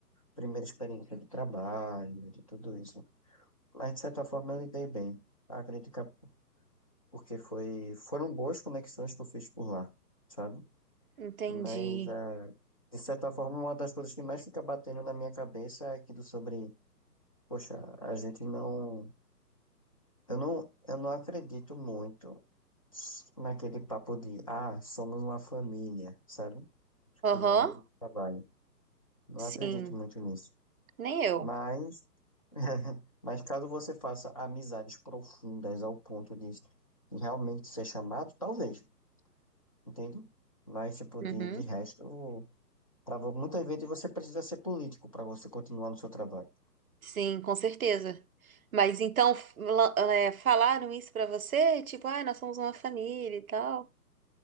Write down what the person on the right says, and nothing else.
Entendi.
Aham,
sim,
nem eu.
Uhum.
Sim, com certeza. Mas então, f- la- é, falaram isso pra você? Tipo, ah, nós somos uma família e tal.